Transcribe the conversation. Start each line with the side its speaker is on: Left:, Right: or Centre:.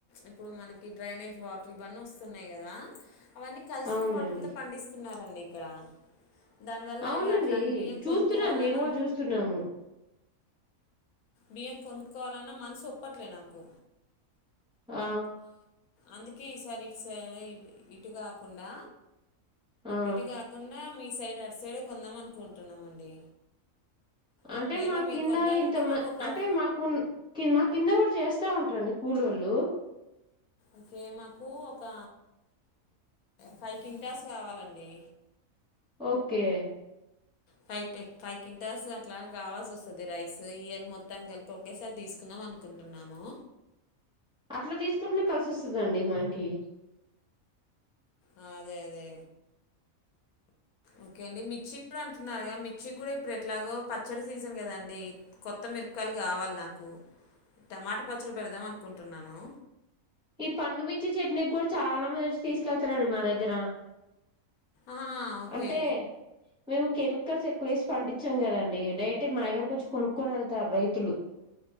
Left: ఇప్పుడు మనకి డ్రైనేజ్ వాటర్ ఇవన్నీ వస్తున్నాయి కదా అవన్నీ కలిసిన
Centre: అవునండి
Left: వాటర్ తో పండిస్తున్నారండి ఇక్కడ దానివల్ల
Centre: అవునండీ
Left: ఇక అట్లాంటి బియ్యం
Centre: చూస్తున్నామ్
Left: కొనుక్కోవాలన్నా
Centre: మేము కూడా చూస్తున్నాము
Left: బియ్యం కొనుక్కోవాలన్న మనసు ఒప్పట్లే నాకు,
Centre: ఆ
Left: అందుకే ఈసారి ఇట్ స ఇటుగాకుండా
Centre: ఆ!
Left: ఇటు కాకుండా మీ సైడ్ అటు సైడే కొందాం అనుకుంటున్నామండి
Centre: అంటే
Left: ఒకవేళ
Centre: మా
Left: మీరు
Centre: కింద
Left: కొంటానంటే
Centre: ఇంత మ
Left: మాకు ఒక
Centre: అంటే మాకు కి మా కింద పడు చేస్తా ఉంటరండి కూలోళ్ళు
Left: ఓకే మాకు ఒక ఫైవ్ కింటాస్ కావాలండి
Centre: ఓకే,
Left: ఫైవ్ ఫైవ్ కింటాస్ అట్లా కావాల్సి వస్తది రైస్ ఇయర్ మొత్తాన్ని కలిపి ఒకేసారి తీసుకుందాం అనుకో కుంటున్నాము,
Centre: అట్లా తీసుకుంటెనే కలిసి వస్తదండి మనకి
Left: ఆ... అదే అదే ఓకే అండి మిర్చి కూడ అంటున్నారు గ మిర్చి కూడ ఇప్పుడు ఎట్లాగో పచ్చడి సీజన్ కదండి కొత్త మిరపకాయలు కావాలి నాకు టమాట పచ్చడి పెడదాం అనుకుంటున్నాను
Centre: ఈ పండుమిర్చి చట్నీ కూడా చాలా మందివచ్చి తీసుకెళ్తారండి మా దగ్గర
Left: ఆహా, ఓకే
Centre: అంటే మేము కెమికల్స్ ఎక్కు వేసి పండిచ్చం కదండి డైరెట్ మా దగరకి వచ్చి కొనుక్కోని వెళ్తారు రైతులు